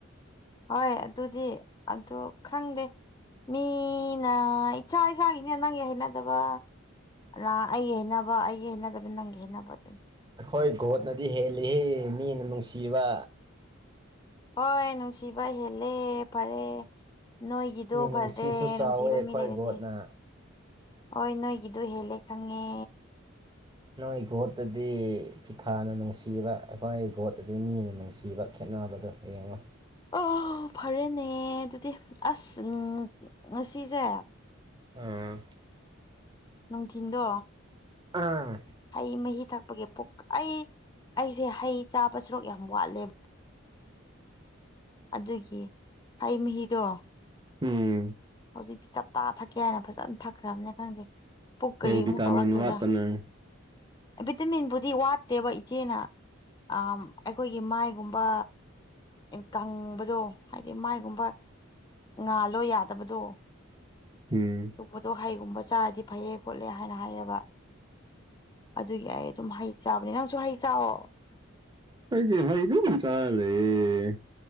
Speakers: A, on the left (about 20°); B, on the right (about 20°).
A: ꯍꯣꯏ ꯑꯗꯨꯗꯤ ꯑꯗꯨ ꯈꯪꯗꯦ ꯃꯤꯅ ꯏꯁꯥ ꯏꯁꯥꯒꯤꯅꯦ ꯅꯪꯒꯤ ꯍꯩꯅꯗꯕ ꯑ ꯑꯩꯒꯤ ꯍꯩꯅꯕ ꯑꯩꯒꯤ ꯍꯩꯅꯗꯕ ꯅꯪꯒꯤ ꯍꯩꯅꯕ ꯑꯗꯨꯅꯤ
B: ꯑꯩꯈꯣꯏ ꯒꯣꯠꯅꯗꯤ ꯍꯦꯜꯂꯤ ꯃꯤꯅ ꯅꯨꯡꯁꯤꯕ
A: ꯍꯣꯏ ꯅꯨꯡꯁꯤꯕ ꯍꯦꯜꯂꯦ ꯐꯔꯦ ꯅꯣꯏꯒꯤꯗꯣ
B: ꯃꯤꯅꯨꯡꯁꯤꯁꯨ
A: ꯐꯔꯦ
B: ꯆꯥꯎꯋꯦ
A: ꯅꯨꯡꯁꯤꯕ
B: ꯑꯩꯈꯣꯏ
A: ꯃꯤ ꯂꯩꯔꯗꯤ
B: ꯒꯣꯠꯅ
A: ꯍꯣꯏ ꯅꯣꯏꯒꯤꯗꯣ ꯍꯦꯜꯂꯦ ꯈꯪꯉꯦ
B: ꯅꯣꯏ ꯒꯣꯠꯇꯗꯤ ꯐꯤꯐꯥꯅ ꯅꯨꯡꯁꯤꯕ ꯑꯩꯈꯣꯏ ꯒꯣꯠꯇꯗꯤ ꯃꯤꯅ ꯅꯨꯡꯁꯤꯕ ꯈꯦꯠꯅꯕꯗꯨ ꯌꯦꯡꯉꯣ
A: ꯑꯣ ꯐꯔꯦꯅꯦ ꯑꯗꯨꯗꯤ ꯑꯁ ꯎ ꯉꯁꯤꯁꯦ
B: ꯑꯥ
A: ꯅꯨꯡꯊꯤꯟꯗꯣ
B: ꯑꯥ
A: ꯍꯩ ꯃꯍꯤ ꯊꯛꯄꯒꯤ ꯄꯨꯛ ꯑꯩ ꯑꯩꯁꯦ ꯍꯩ ꯆꯥꯕ ꯁꯔꯨꯛ ꯌꯥꯝ ꯋꯥꯠꯂꯦꯕ ꯑꯗꯨꯒꯤ ꯍꯩ ꯃꯍꯤꯗꯣ
B: ꯎꯝ
A: ꯍꯧꯖꯤꯛꯇꯤ ꯇꯞꯇꯥ ꯊꯛꯀꯦ ꯍꯥꯏꯅ ꯐꯖꯅ ꯊꯛꯈ꯭ꯔꯕꯅꯦ ꯈꯪꯗꯦ ꯄꯨꯛ ꯀꯔꯤ
B: ꯀꯩ ꯚꯤꯇꯥꯃꯤꯟ
A: ꯑꯃꯨꯛ ꯇꯧꯔꯛꯇꯣꯏꯔꯥ
B: ꯋꯥꯠꯄ ꯅꯪ
A: ꯚꯤꯇꯃꯤꯟꯕꯨꯗꯤ ꯋꯥꯠꯇꯦꯕ ꯏꯆꯦꯅ ꯑ ꯑꯩꯈꯣꯏꯒꯤ ꯃꯥꯏꯒꯨꯝꯕ ꯀꯪꯕꯗꯣ ꯍꯥꯏꯗꯤ ꯃꯥꯏꯒꯨꯝꯕ ꯉꯥꯜꯂꯣ ꯌꯥꯗꯕꯗꯣ
B: ꯎꯝ
A: ꯒꯨꯝꯕꯗꯣ ꯍꯩꯒꯨꯝꯕ ꯆꯥꯔꯗꯤ ꯐꯩꯌꯦ ꯈꯣꯠꯂꯦ ꯍꯥꯏꯅ ꯍꯥꯏꯌꯦꯕ ꯑꯗꯨꯒꯤ ꯑꯩ ꯑꯗꯨꯝ ꯍꯩ ꯆꯥꯕꯅꯦ ꯅꯪꯁꯨ ꯍꯩ ꯆꯥꯑꯣ
B: ꯑꯩꯗꯤ ꯍꯩ ꯑꯗꯨꯝ ꯆꯥꯔ ꯂꯩꯌꯦ